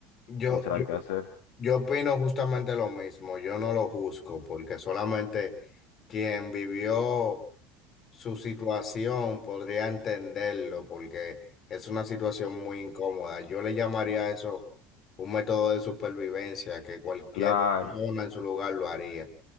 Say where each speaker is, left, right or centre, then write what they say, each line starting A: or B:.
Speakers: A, on the left; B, on the left.
A: Yo,
B: sin saber
A: yo
B: qué hacer.
A: Yo opino justamente lo mismo, yo no lo juzgo porque solamente quien vivió su situación podría entenderlo porque es una situación muy incómoda. Yo le llamaría a eso un método de supervivencia que cualquier
B: Claro.
A: persona en su lugar lo haría.